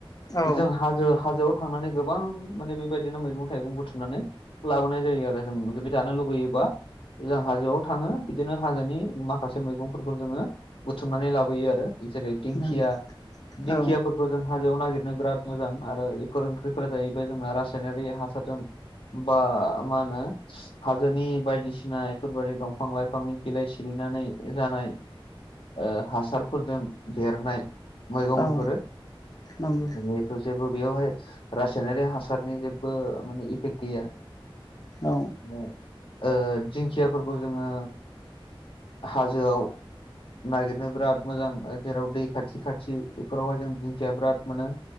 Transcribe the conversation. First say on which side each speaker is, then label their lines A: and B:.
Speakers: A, on the left; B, on the left.
A: औ
B: जों हाजो हाजोआव थांनानै गोबां माने बेबायदिनो मैगं थाइगं बुथुमनानै लाबोनाय जायो आरो जों जुदि जानो लुुबैयोबा जों हाजोआव थाङो बिदिनो हाजोनि माखासे मैगंफोरखौ जोङो बुथुमनानै लाब बोयो आरो जेरै दिंखिया
A: नों
B: दिंखियाफोरबो
A: औ
B: जों हाजोआव नागिरनो बिराद मोजां आरो एफोर ओंख्रिफोरा जाहैबाय जोंना रासायनारि हासारजों बा मा होनो हाजोनि बायदिसिना एफोरबायदि दंफां लाइफांनि बिलाइ सिरिनानै जानाय ओ हासारफोरजों देरनाय मैगं
A: औ
B: बेफोरो
A: नंगौ
B: बिनि थ जेबो बेयावहाय रासायनारि हासारनि जेबो माने इफेक्ट गैया।
A: औ।
B: ओ ओ दिंखियाफोरखौ जोङो हाजोआव नागिरनो बिराद मोजां जेराव दै खाथि खाथि बेफोरावहाय जों दिंखिया बिराद मोनो।